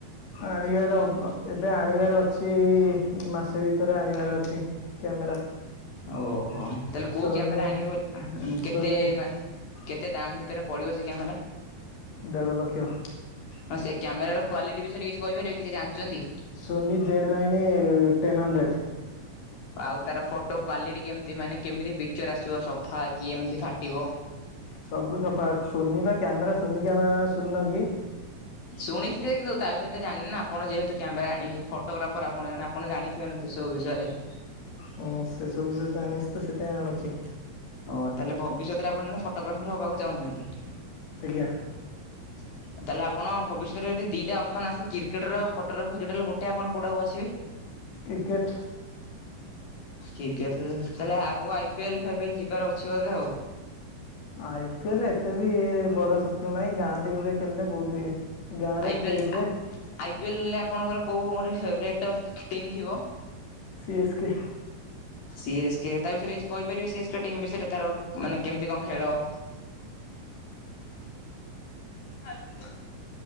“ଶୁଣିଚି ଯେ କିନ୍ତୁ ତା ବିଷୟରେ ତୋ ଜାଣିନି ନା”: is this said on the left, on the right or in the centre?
Left